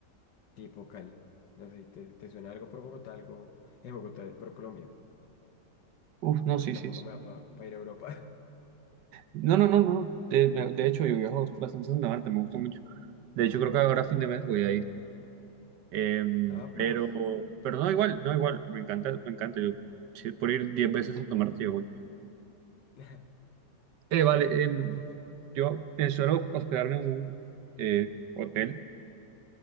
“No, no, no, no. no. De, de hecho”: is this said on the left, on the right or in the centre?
Right